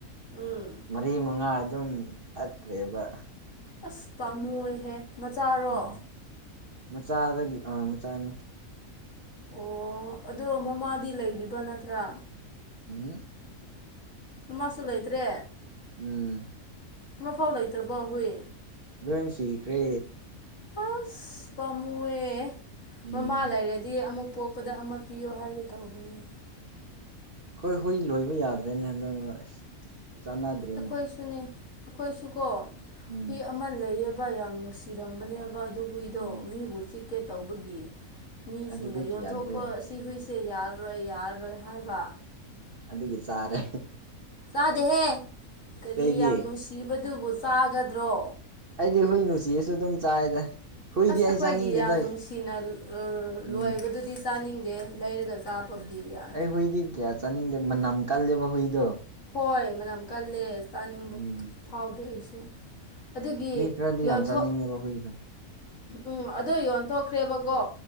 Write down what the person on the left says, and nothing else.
ꯎꯝ
ꯑꯁ ꯄꯥꯝꯃꯨꯋꯦꯍꯦ ꯃꯆꯥꯔꯣ
ꯑꯣ ꯑꯗꯣ ꯃꯃꯥꯗꯤ ꯂꯩꯔꯤꯕ ꯅꯠꯇ꯭ꯔꯥ
ꯃꯃꯥꯁꯨ ꯂꯩꯇ꯭ꯔꯦ
ꯑꯃꯐꯥꯎ ꯂꯩꯇ꯭ꯔꯕꯣ ꯍꯨꯏ
ꯑꯁ ꯄꯥꯃꯨꯋꯦ
ꯃꯃꯥ ꯂꯩꯔꯗꯤ ꯑꯃꯨꯛ ꯄꯣꯛꯄꯗ ꯑꯃ ꯄꯤꯌꯣ ꯍꯥꯏꯒꯦ ꯇꯧꯕꯅꯦ
ꯑꯈꯣꯏꯁꯨꯅꯦ ꯑꯈꯣꯏꯁꯨ ꯀꯣ
ꯍꯨꯏ ꯑꯃ ꯂꯩꯌꯦ ꯕ ꯌꯥꯝ ꯅꯨꯡꯁꯤꯔꯝꯕꯅꯦꯕ ꯑꯗꯨ ꯍꯨꯏꯗꯣ
ꯃꯤꯕꯨ ꯆꯤꯛꯀꯦ ꯇꯧꯕꯒꯤ ꯃꯤꯁꯤꯡꯅ
ꯌꯣꯟꯊꯣꯛꯈ꯭ꯔꯣ
ꯁꯤ ꯍꯨꯏꯁꯦ ꯌꯥꯔꯔꯣꯏ ꯌꯥꯔꯔꯣꯏ ꯍꯥꯏꯕ
ꯆꯥꯗꯦꯍꯦ ꯀꯔꯤ
ꯌꯥꯝ ꯅꯨꯡꯁꯤꯕꯗꯨꯕꯨ ꯆꯥꯒꯗ꯭ꯔꯣ
ꯑꯁ
ꯑꯈꯣꯏꯒꯤ
ꯌꯥꯝ ꯅꯨꯡꯁꯤꯅ
ꯂꯣꯏꯕꯗꯨꯗꯤ ꯆꯥꯅꯤꯡꯗꯦ ꯂꯩꯔꯒ ꯆꯥꯕꯕꯨꯗꯤ ꯌꯥꯏ
ꯍꯣꯏ ꯃꯅꯝ ꯀꯜꯂꯦ ꯆꯥꯅꯤꯡꯕ
ꯐꯥꯎꯗꯦ ꯑꯩꯁꯨ ꯑꯗꯨꯒꯤ
ꯌꯣꯟꯊꯣꯛ
ꯎꯝ ꯑꯗꯣ ꯌꯣꯟꯊꯣꯛꯈ꯭ꯔꯦꯕꯀꯣ